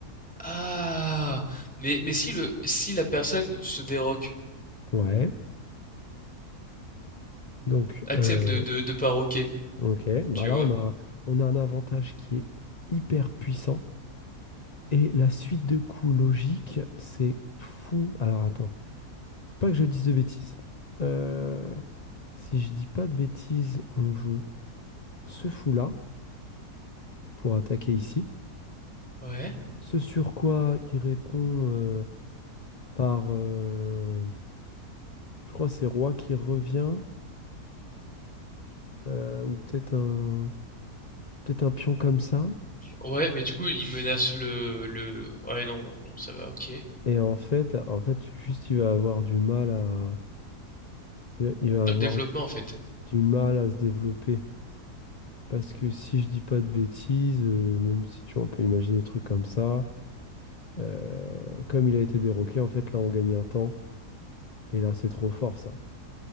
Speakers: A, in the centre; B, on the left.
A: Ah! Mais, mais si le, si la personne se déroque,
B: Ouais. Donc,
A: accepte
B: euh,
A: de, de, de paroquer,
B: ok. Bah
A: tu
B: là,
A: vois.
B: on a, on a un avantage qui est hyper puissant. Et la suite de coups logique, c'est fou. Alors, attends. Faut pas que je dise de bêtises. Euh, si je dis pas de bêtises, on joue ce fou-là pour attaquer ici.
A: Ouais.
B: Ce sur quoi il répond euh, par... euh, Je crois que c'est roi qui revient, euh, ou peut-être un, peut-être un pion comme ça.
A: Ouais, mais du coup, il menace le, le... Ouais, non, non, ça va, ok.
B: Et en fait, en fait, juste il va avoir du mal à, il va, il va
A: Dans
B: avoir
A: le développement, en fait.
B: du mal à se développer. Parce que si je dis pas de bêtises, euh, même si tu vois, on peut imaginer des trucs comme ça, euh, comme il a été déroqué, en fait, là, on gagne un temps. Et là, c'est trop fort, ça.